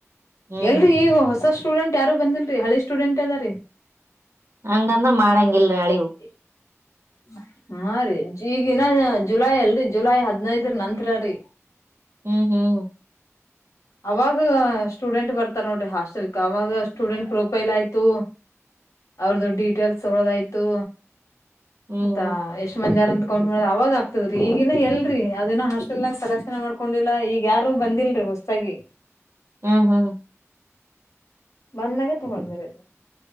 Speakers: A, on the right (about 55°); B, on the left (about 85°).
A: ಹ್ಮ್
B: ಎಲ್ರಿ
A: ಹ್ಮ್
B: ಈಗ ಹೊಸಷ್ಟು. ಸ್ಟೂಡೆಂಟ್ ಯಾರು ಬಂದಿಲ್ರಿ ಹಳೆ ಸೂಡೆಂಟ್ದ ಆದರಿ.
A: ಹಂಗಂದ್ರ ಮಾಡಂಗಿಲ್ರ ಹಳೇವು
B: <inaudible> ಹಾ ರೀ ಈಗಿನ ಜುಲೈ ಅಲ್ರರಿ ಜುಲೈ ಹದಿನೈದು ನಂತ್ರರೀ
A: ಹ್ಮ್ ಹ್ಮ್
B: ಅವಾಗ ಸ್ಟೂಡೆಂಟ್ ಬರ್ತಾರ ನೋಡ್ರಿ ಹಾಸ್ಟೆಲ್ಕ್ ಅವಾಗ ಸ್ಟೂಡೆಂಟ್ ಪ್ರೊಫೈಲ್ ಆಯ್ತು. ಅವ್ರದ್ದ ಡೀಟೇಲ್ಸ್ ತಳದಾಯ್ತು
A: ಹ್ಮ್
B: ಮತ್ತ ಎಷ್ಟ ಮಂದಿ ಅದರಂತ ಮಾಡ ಅವವಾಗ ಆಗ್ತದ್ರೀ ಈಗಿನ ಎಲ್ರರಿ ಅದನ್ನ ಹಾಸ್ಟೆಲ್ ನಾಗ ಸೆಲೆಕ್ಷನ್ ಮಾಡ್ಕೊಂಡಿಲ್ಲ ಈಗ ಯಾರು ಬಂದಲ್ರಿ. ಹೊಸದಾಗಿ.
A: ಹ್ಮ್ ಹ್ಮ್
B: ಬಂದಾಗೆ ತೊಗೊಳ್ಬೇರ ಅದು.